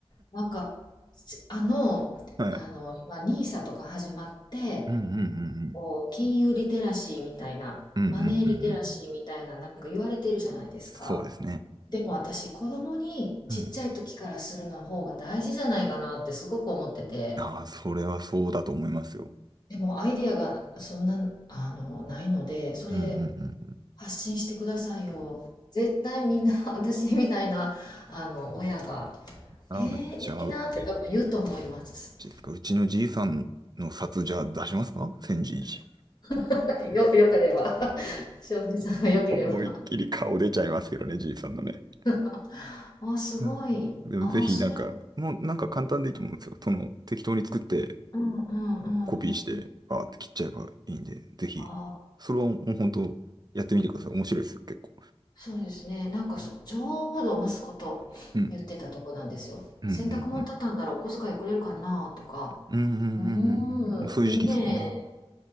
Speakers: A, on the left; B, on the right.
A: なんか、すあの、
B: はい。
A: あの、今、n i s とか始まって、
B: うんうんうん
A: こう、金融リテラシーみたいな、
B: うん。うんうんうんうん。
A: マネーリテラシーみたいな、なんか言われてるじゃないですか。
B: そうですね。
A: でも私、子供にちっちゃい時からするの方が大事じゃないかなってすごく思ってて、
B: うんああ、それはそうだと思いますよ。
A: でもアイディアがそんな、あの、ないので、それ、
B: うんうんうんうん。
A: 発信してくださいよ。絶対みんな <laughs> 私みたいなあの親が
B: ああ、
A: 「えー、
B: じゃあ、
A: いいな」って多分言うと思います。
B: ですか、うちのじいさんの札じゃあ出しますか千じいじ。
A: <laughs> よ、よければ <laughs> 翔平さんがよければ
B: 思いっきり顔出ちゃいますけどね、じいさんのね。
A: <laughs> あ、すごい。
B: うんでもぜひなんか、
A: あ、それ、
B: もうなんか簡単でいいと思うんですよ。その適当に作って、
A: うんうんうんうん。
B: コピーして、
A: あ
B: バーって切っちゃえばいいんで、ぜひ、
A: あ、
B: それはもう本当やってみてください。面白いですよ、結構。
A: そうですね。なんかそ、
B: うん。
A: ちょうど息子と言ってたとこなんですよ。
B: うんうんうん。
A: 洗濯物畳んだらお小遣いくれるかなとか。
B: うんうんうんうんうん。
A: うーん、
B: もうそういう時期ですもんね。
A: いいね。